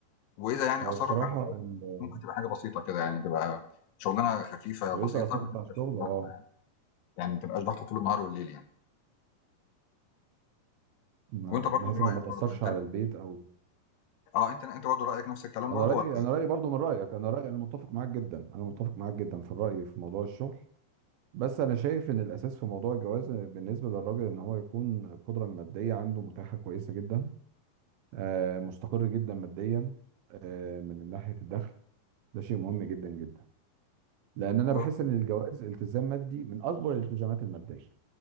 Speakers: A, on the left (about 80°); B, on the right (about 85°).
A: وإذا يعني
B: هو
A: أصرّت
B: بصراحه
A: على شغل
B: ال-
A: ممكن تبقى حاجة بسيطة كده يعني تبقى شغلانة خفيفة
B: واذا
A: بسيطة
B: اثر
A: ما
B: بتاع
A: تبقاش
B: الشغل
A: ضغط.
B: اه
A: يعني ما تبقاش ضغطه طول النهار والليل يعني
B: ما-
A: وانت برضو
B: بحيث
A: ايه
B: انها
A: رايك
B: ما تاثرش
A: برضو انت
B: على البيت او
A: اه انت انت برضو رايك نفس الكلام
B: انا
A: برضو
B: رايي
A: ولا
B: انا رايي برضو من رايك انا رايي انا متفق معاك جدا انا متفق معاك جدا في الراي في موضوع الشغل بس انا شايف ان الاساس في موضوع الجواز بالنسبه للراجل ان هو يكون القدره الماديه عنده متاحه كويسه جدا آه، مستقر جدا ماديا آه، من ناحيه الدخل ده شيء مهم جدا جدا لان انا
A: و-
B: بحس ان الجواز التزام مادي من اكبر الالتزامات الماديه